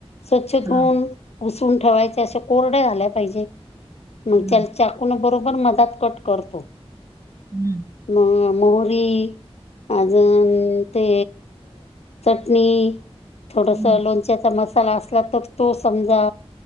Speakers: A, on the left; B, on the right.
A: स्वच्छ धुऊन,
B: हा
A: पुसून ठेवायचे अशे कोरड्या झाल्या पाहिजे. मग
B: हा
A: त्याला चाकून बरोबर मधात कट करतो.
B: हम्म
A: म मोहरी अजून ते चटणी थोडस
B: हम्म
A: लोणच्याचा मसाला असला तर तो समजा